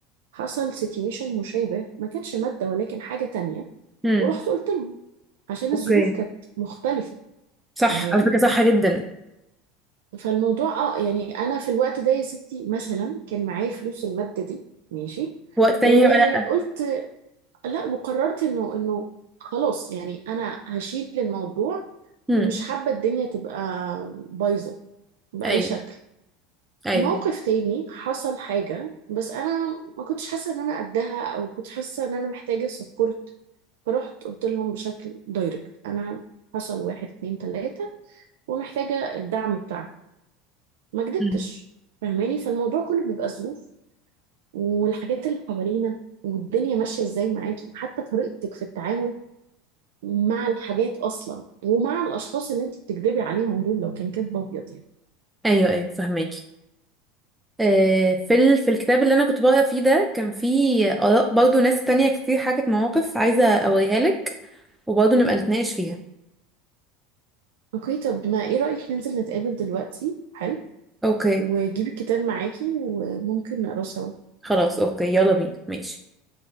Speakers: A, on the right; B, in the centre.
A: حصل سيتويشن مشابه ما كانتش مادة ولكن حاجة تانية
B: امم
A: ورحت قلت لهم عشان الظروف
B: اوكي
A: كانت مختلفة
B: صح
A: فاهماني
B: على فكرة صح جدا
A: فالموضوع اه يعني انا في الوقت ده يا ستي مثلا كان معايا فلوس المادة دي ماشي
B: في وقت تاني
A: وقلت
B: هيبقى لا
A: لا وقررت انه انه خلاص يعني انا هشيل الموضوع
B: امم
A: ومش حابة الدنيا تبقى بايظة بأي
B: ايوه
A: شكل
B: ايوه
A: موقف تاني حصل حاجة بس أنا ما كنتش حاسة إن أنا قدها أو كنت حاسة إن أنا محتاجة سبورت فرحت قلت لهم بشكل دايركت أنا حصل واحد اتنين تلاتة ومحتاجة الدعم بتاعك ما كدبتش
B: امم
A: فاهماني فالموضوع كله بيبقى ظروف والحاجات اللي حوالينا والدنيا ماشية ازاي معاكي حتى طريقتك في التعامل مع الحاجات أصلا ومع الأشخاص اللي انت بتكدبي عليهم دول لو كان كدب أبيض يعني
B: ايوه ايوه فهماكي آه، في ال... في الكتاب اللي انا كنت بقرا فيه ده كان فيه اراء برضو ناس تانية كتير حكت مواقف عايزه اوريها لك وبرضو نبقى نتناقش فيها
A: اوكي طب ما ايه رأيك ننزل نتقابل دلوقتي حلو
B: اوكي
A: وجيبي الكتاب معاكي وممكن نقراه سوا
B: خلاص اوكي يلا بينا ماشي